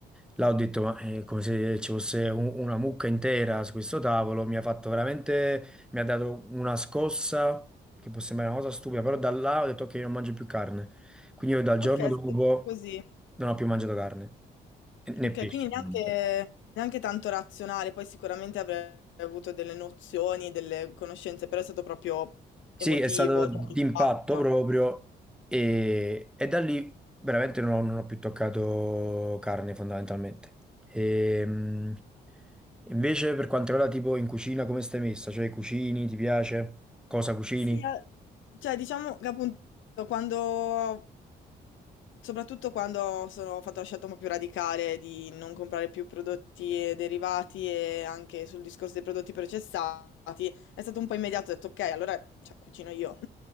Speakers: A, in the centre; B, on the left (about 65°).
A: Là ho detto, ma è come se ci fosse un- una mucca intera su questo tavolo, mi ha fatto veramente, mi ha dato una scossa che può sembrare una cosa stupida, però da là ho detto ok, non mangio più carne. Quindi io dal
B: Okay,
A: giorno dopo
B: è stato così.
A: non ho più mangiato carne, né
B: Okay,
A: pesce.
B: quindi neanche
A: ovviamente.
B: neanche tanto razionale, poi sicuramente avrai avuto delle nozioni, delle conoscenze, però è stato proprio
A: Sì,
B: emotivo,
A: è stato d'impatto
B: cioè l'impatto.
A: proprio e, e da lì veramente non ho, non ho più toccato carne fondamentalmente. Ehm Invece per quanto riguarda tipo in cucina, come stai messa? Cioè cucini, ti piace? Cosa cucini?
B: Sì, a- cioè diciamo che appunto quando, soprattutto quando sono ho fatto la scelta un po' più radicale di non comprare più prodotti e derivati e anche sul discorso dei prodotti processati, è stato un po' immediato, ho detto ok, allora cioè, cucino io.